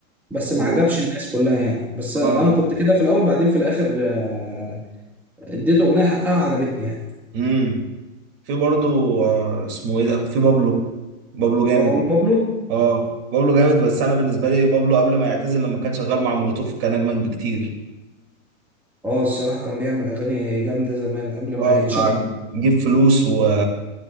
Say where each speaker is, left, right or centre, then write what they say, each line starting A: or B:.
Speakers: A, in the centre; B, on the right.
A: بس
B: و-
A: ما عجبش الناس كلها يعني بس
B: اه
A: انا كنت كده في الاول بعدين في الاخر آه، اديته اغنيه حقها وعجبتني يعني
B: امم في برضو آه اسمه ايه ده في بابلو بابلو
A: مروان
B: جامد
A: بابلو
B: اه بابلو جامد بس انا بالنسبه لي بابلو قبل ما يعتزل لما كان شغال مع مولوتوف كان اجمد بكتير
A: اه الصراحة كان بيعمل أغاني جامدة زمان قبل ما
B: اه بتاع
A: يتشهر
B: جيب فلوس و